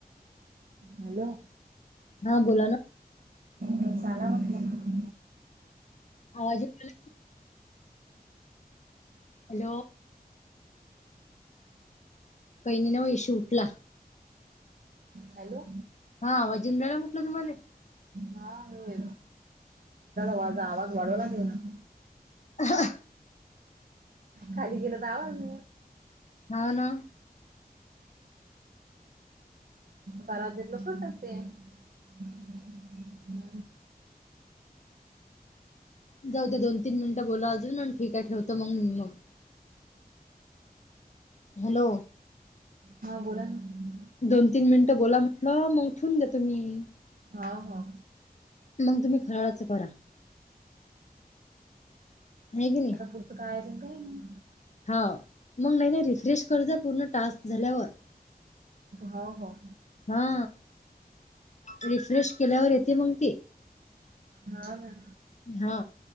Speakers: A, on the right; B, on the left.
A: हॅलो
B: हा बोला ना.
A: कसला म्हटलं.
B: आवाज येऊन राहिला? हॅलो काही नाही नाही होई शूटला
A: हॅलो
B: हा आवाज येऊन राहिला म्हटलं तुम्हाले?
A: हा हे. बाज आवाज वाढवला की न
B: अहं ह
A: खाली गेलं का म्हण
B: हा ना
A: बराल करतात ते हम्म
B: जाऊ दे दोन तीन मिनिटं बोला अजून आणि ठीक आहे ठेवतो मग म. हॅलो
A: हा बोला ना.
B: दोन तीन मिनिटं बोला म्हटलं मग ठेवून देतो म्ही.
A: हा हा.
B: मग तुम्ही फराळाचं करा. आहे की नाही
A: आता पुढचं काय येतंय अन काय नई.
B: हा मग नाही नाही रिफ्रेश कर जा पूर्ण टास्क झाल्यावर.
A: हो हो.
B: हा रिफ्रेश केल्यावर येते मग ते.
A: हा ना.
B: हा.